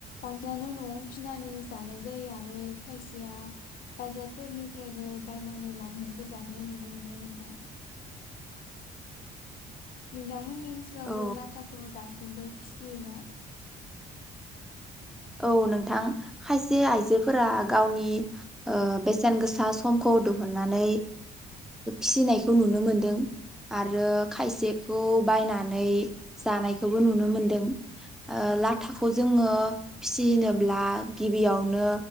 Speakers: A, on the left (about 55°); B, in the centre.
A: बानस्रानो नआव फिनानै जानाय जायो आरो खायसेया बाजारफोरनिफ्रायबो बायनानै लाबोनायखौ जाफोनाय नुनो मोनो नोंथां नोंदा मोन जोंनि ओनसोलावबो
B: औ
A: लाथाखौ दासिमबो फिसियोना
B: औ नोंथां खायसे आइजोफोरा गावनि ओ बेसेन गोसा समखौ दुहुननानै फिनायखौ नुनो मोनदों आरो खायसेखौ बायनानै जानायखौबो नुनो मोनदों ओ लाथाखौ जोङो फिसिनोब्ला गिबियावनो